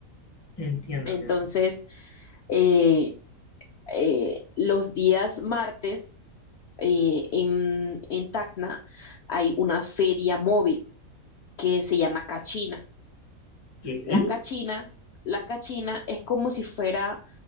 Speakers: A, on the left; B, on the left.
A: <laughs> Entiendo,
B: Entonces,
A: mi amor.
B: eh, eh, los días martes eh, en, en Tacna hay una feria móvil que se llama Cachina.
A: ¿Qué?
B: La Cachina, la Cachina es como si fuera